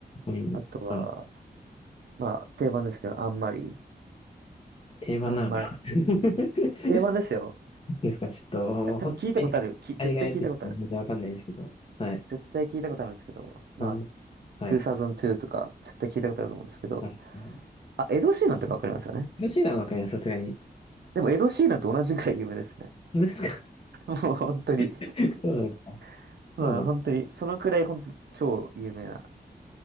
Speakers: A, on the left; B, on the right.
A: 他にも、
B: あとは、
A: はい、
B: まあ、定番ですけど、あんまり、
A: 定番なのかな。
B: あんまり。
A: <laughs>
B: 定番ですよ。
A: ですか、ちょっと、
B: あ多分聞いたことある。
A: 本当に、
B: き、絶対聞いたことある。
A: 海外で全然わかんないですけど。はい。
B: 絶対聞いたことあるんですけど、
A: あんま、
B: まあ、
A: はい。
B: 2002とか、絶対聞いたことあると思うんですけど、
A: はい。はい
B: あ、エド・シーランとかわかりますよね。
A: 広島はわかります、さすがに。
B: でも、エド・シーランと同じくらい有名ですね。
A: 本当ですか
B: <laughs> もう、本当に
A: <laughs> そうなのか。
B: <laughs>
A: そうなのか。
B: まあ、本当に、そのくらい、本当超有名な、